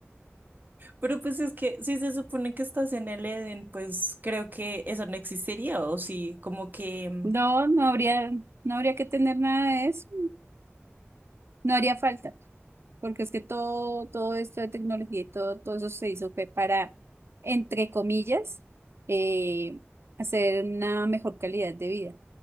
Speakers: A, on the right; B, on the right.
A: pero pues es que si se supone que estás en el Edén, pues creo que eso no existiría, o sí, como que... mm,
B: No, no habría, no habría que tener nada de eso. No haría falta, porque es que todo, todo esto de tecnología y todo, todo eso se hizo fue para, entre comillas, eh, hacer una mejor calidad de vida.